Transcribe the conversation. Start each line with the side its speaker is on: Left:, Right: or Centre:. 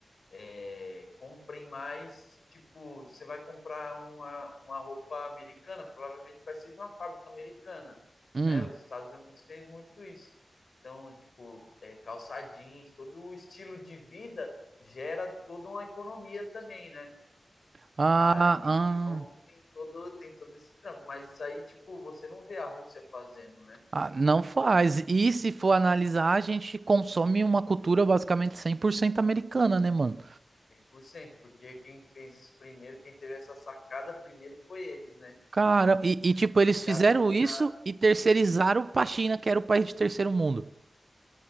Left: é, comprem mais, tipo, você vai comprar uma, uma roupa americana, provavelmente vai ser de uma fábrica americana,
Right: Hum.
Left: né? Os Estados Unidos fez muito isso. Então, tipo, é, calça jeans, todo o estilo de vida gera toda uma economia também, né?
Right: Ah,
Left: Ah, então
Right: ah,
Left: tem todo, tem todo esse trampo, mas isso aí, tipo, você não vê a Rússia fazendo, né?
Right: ah, não faz. E se for
Left: por
Right: analisar, a gente consome uma cultura basicamente 100% americana, né, mano?
Left: 100% porque quem fez isso primeiro, quem teve essa sacada primeiro foi eles, né?
Right: Cara, e, e, tipo,
Left: Eles
Right: eles
Left: já
Right: fizeram
Left: dominaram.
Right: isso e terceirizaram pra China, que era o país de terceiro mundo.